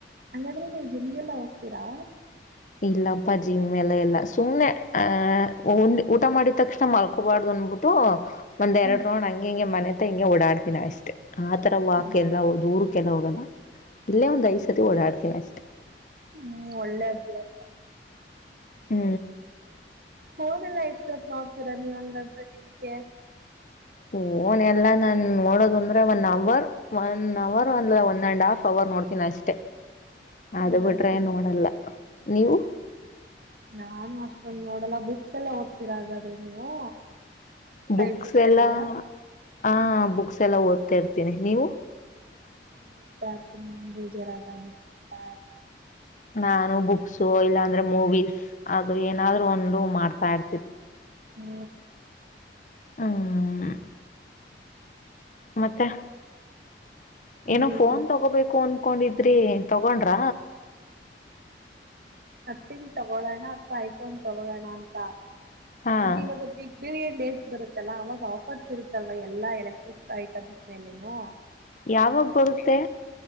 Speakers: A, on the right; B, on the left.
A: ಹಂಗಾದ್ರೆ ನೀವು ಜಿಮ್ಗೆಲ್ಲಾ ಹೋಗ್ತೀರಾ
B: ಇಲ್ಲಪ್ಪ ಜಿಮ್ ಮೆಲೆ ಎಲ್ಲಾ ಸುಮ್ನೆ ಆಹ್ ಉಂಡ ಊಟ ಮಾಡಿದ ತಕ್ಷಣ ಮಲ್ಕೋಬಾರ್ದು ಅನ್ಬಿಟ್ಟು ಒಂದೆರೆಡ
A: ಹ್ಮ್
B: ರೌಂಡ್ ಹಂಗೆಂಗಿ ಮನೆತ್ ಓಡಾಡ್ತಿನ ಅಷ್ಟೇ ಆ ತರ ವಾಕ
A: ಹ್ಮ್
B: ಎಲ್ಲ ದೂರು ಕೆ ಹೋಗಲ್ಲ ಇಲ್ಲೇ ಒಂದ್ ಐದ ಸತಿ ಓಡಾಡ್ತೀನಿ ಅಷ್ಟೆ
A: ಹ್ಮ್ ಒಳ್ಳೆ ಅಭ್ಯಾಸ
B: ಹ್ಮ
A: ಫೋನ್ ಎಲ್ಲಾ ಎಷ್ಟೊತ್ ನೋಡ್ತೀರಾ ನೀವ್ ಹಂಗಂದ್ರೆ ದಿನಕ್ಕೆ
B: ಫೋನ್ ಎಲ್ಲಾ ನಾನ್ ನೋಡೋದು ಅಂದ್ರೆ ಒನ್ ಅವರ್ ಒನ್ ಅವರ್ ಅಂದ ಒನ್ ಅಂಡ್ ಹಾಫ್ ಅವರ್ ನೋಡ್ತೀನಿ ಅಷ್ಟೆ
A: ಹ್ಮ
B: ಅದು ಬಿಟ್ರೆ ನೋಡಲ್ಲ ನೀವು
A: ನಾನು ಅಷ್ಟೊ ನೋಡಲ್ಲ ಕ್ಸ ಎಲ್ಲ ಹೋಗ್ತೀರಾ ಹಾಗಾದ್ರೆ ನೀವು
B: ಬುಕ್ಸ್
A: ಟೈಮ್ ಸಿಗ್ತಾಗೆಲ್ಲ
B: ಎಲ್ಲಾ ಹಾ ಬುಕ್ಸ ಎಲ್ಲ ಓದ್ತಾ ಇರ್ತೀನಿ ನೀವು
A: ನಾ ಓದ್ತಾ ಇರ್ತೀನಿ ನಂಗ್ ಬೇಜಾರಾದಾಗ ಬುಕ್ಸ ಓದ್ತಾ ಇರ್ತೀನಿ
B: ನಾನು ಬುಕ್ಸು ಇಲ್ಲಾಂದ್ರೆ ಮೂವೀಸ್ ಅದು ಏನಾದ್ರೂ ಒಂದು ಮಾಡ್ತಾ ಇರ್ತಿತಿ
A: ಹ್ಮ
B: ಹ್ಮ ಮತ್ತೆ
A: ಹೇಳಿ
B: ಏನೋ ಫೋನ್
A: ಕೇಳು
B: ತಗೋಬೇಕು ಅಂತ ತಕೊಂಡಿದ್ರಿ ತಗೊಂಡ್ರ
A: ಟಿಂಗ್ ತಗೊಳೋಣ ಅಥ್ವಾ ಐಫೋನ್ ತಗೊಳೋಣ ಅಂತ
B: ಹಾಂ
A: ಅದ ಇವಾಗ ಬಿಗ್ ಬಿರಿಯಾನಿ ಸ್ ಬರುತ್ತಲ್ಲಾ ಅವಾಗ ಆಫರ್ಸ್ ಇರುತ್ತಲ್ವ ಎಲ್ಲಾ ಎಲೆಕ್ಟ್ರಿಕ್ ಐಟಮ್ಸ್ ಮೇಲೇನು
B: ಯಾವಾಗ ಬರುತ್ತೆ